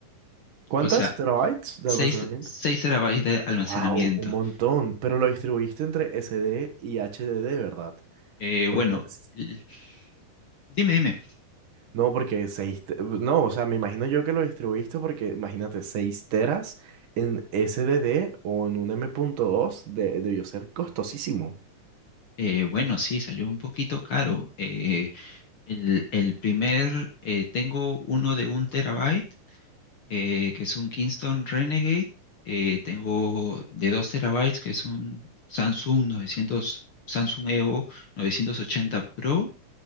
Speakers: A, on the right; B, on the left.
A: ¿Cuántas
B: O sea,
A: terabytes de
B: seis
A: almacenamiento?
B: seis terabytes de almacenamiento.
A: Wow, un montón, pero lo distribuiste entre SD y HDD, ¿verdad?
B: Eh,
A: Porque,
B: bueno,
A: s-
B: l- dime, dime.
A: no, porque 6, no, o sea, me imagino yo que lo distribuiste porque imagínate 6 teras en SDD o en un M.2 de, debió ser costosísimo.
B: Eh, bueno, sí, salió un poquito caro. Eh, el, el primer, eh, tengo uno de un terabyte, eh, que es un Kingston Renegade. Eh, tengo de dos terabytes, que es un Samsung 900, Samsung Evo 980 Pro.